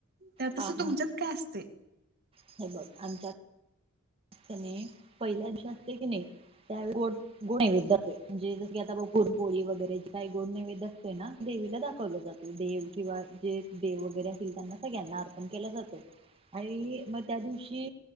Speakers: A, on the right; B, on the right.
A: त्या
B: हा
A: तस
B: हा
A: तुमच्यात काय असते?
B: हे बघ आता पहिल्या दिवशी असते की नाही त्यावेळी गो गोड नैवेद्य जो म्हणजे जस की आता परण पोळी वगैरे जे काही गोड नैवेद्य असतो ना देवीला दाखवलं जातो देव किंवा जे देव वगैरे असतील त्यांना सगळ्यांना अर्पण केला जातो आणि मग त्या दिवशी